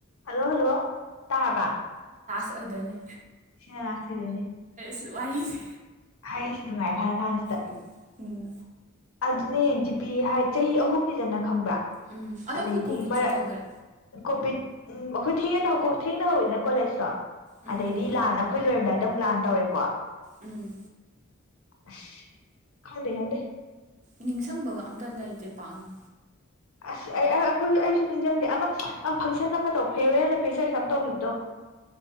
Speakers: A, on the left; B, on the right.
A: hello hello ꯇꯥꯕ
B: ꯑꯣꯏꯗꯣꯏꯅꯤ
A: ꯁꯤꯅꯥ ꯂꯥꯖ ꯑꯣꯏꯗꯣꯏꯅꯦ
B: ꯁꯤ ꯋꯥꯔꯤꯁꯦ
A: ꯍꯥꯏꯁꯤ ꯅꯨꯡꯉꯥꯏ ꯈꯔ ꯀꯥꯟꯁꯤꯗ
B: ꯎꯝ ꯎꯝ
A: ꯑꯗꯨꯅꯦ ꯖꯤ ꯄꯤ ꯍꯥꯏ ꯆꯍꯤ ꯑꯍꯨꯝꯅꯤꯗꯅ ꯈꯪꯕ꯭ꯔꯥ
B: ꯎꯝ ꯑꯗꯣ
A: ꯑꯗꯩꯗꯤ
B: ꯑꯩꯈꯣꯏ ꯀꯣꯚꯤꯠꯁꯨ
A: ꯃꯔꯛ
B: ꯇꯧꯕꯩ
A: ꯀꯣꯚꯤꯠ ꯎꯝ ꯑꯩꯈꯣꯏ ꯊꯦꯡꯉ ꯊꯦꯡꯅ ꯍꯧꯋꯤꯗꯅ ꯀꯣꯂꯦꯖꯇꯣ
B: ꯎꯝ
A: ꯑꯗꯩꯗꯤ
B: ꯎꯝ
A: ꯂꯥꯟꯅ ꯑꯩꯈꯣꯏ ꯂꯣꯏꯔꯝꯗꯥꯏ ꯑꯗꯨꯝ ꯂꯥꯟ ꯇꯧꯔꯦꯀꯣ
B: ꯎꯝ
A: ꯑꯁ ꯈꯪꯗ ꯈꯪꯗ
B: ꯅꯤꯡꯁꯡꯕꯒ ꯑꯝꯇ ꯂꯩꯇꯦ ꯄꯥꯛꯅ
A: ꯑꯁ ꯑꯩ ꯑꯩꯈꯣꯏꯁꯨ ꯑꯩꯁꯨ ꯅꯤꯡꯁꯤꯡꯗꯦ ꯑꯃꯛ ꯐꯪꯁꯟ ꯑꯃ ꯇꯧ ꯐꯦꯔꯋꯦꯜꯅ ꯐꯦꯁꯔꯁ ꯑꯃ ꯇꯧꯈꯤꯕꯗꯣ